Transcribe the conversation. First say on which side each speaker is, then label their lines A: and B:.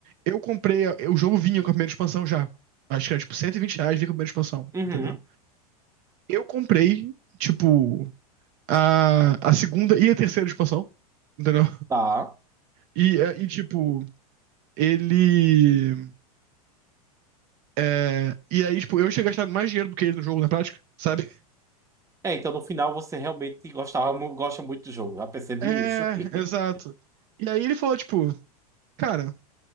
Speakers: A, on the right (about 50°); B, on the right (about 15°).
A: eu comprei, a- o jogo vinha com a primeira expansão já. Acho que era, tipo, 120 reais vinha com a primeira expansão,
B: Uhum,
A: entendeu? Eu comprei, tipo, a, a segunda e a terceira expansão, entendeu?
B: tá.
A: E, é, e tipo, ele. é, e aí, tipo, eu tinha gastado mais dinheiro do que ele no jogo na prática, sabe? <laughs>
B: É, então no final você realmente gostava, mu- gosta muito do jogo. Já percebi
A: É,
B: isso.
A: exato.
B: <laughs>
A: E aí ele falou, tipo, cara.